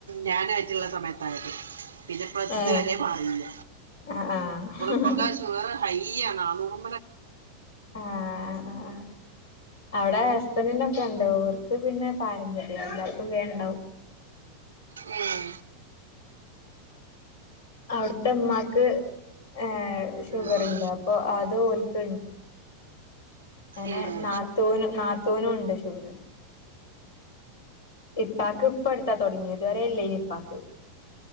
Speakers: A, on the right (about 75°); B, on the left (about 70°).
A: ഞാനും ആയിട്ടുള്ള സമയത്താണ് പിന്നെ പ്ര
B: ഏഹ്
A: ഇത് വരെ മാറില്ല
B: ആഹ് ആഹ്
A: ഓള് ഇപ്പൊക്കെ ഷുഗർ ഹൈ ഇയാനോ <inaudible>
B: ആ ആ ആ ആ അവിടെ ഹസ്ബൻഡിനൊക്കെ ണ്ട് ഓർക്ക് പിന്നെ പാരമ്പര്യ എല്ലാർക്കും വേ ണ്ടാവും
A: ഉം
B: അവിടത്തെ ഉമ്മാക്ക് ഏ ഷുഗരുണ്ട്
A: ആഹ്
B: അപ്പൊ അത് ഓല്ക്.. <inaudible> അങ്ങനെ
A: ഏഹ്
B: നാത്തുന് നാത്തുന്നും ഉണ്ട് ഷുഗർ ഇപ്പാക്ക് ഇപ്പടുത്താ തൊടങ്ങിയത് ഇതുവരെ ഇല്ലേയ്ന്ന് ഇപ്പാക്ക്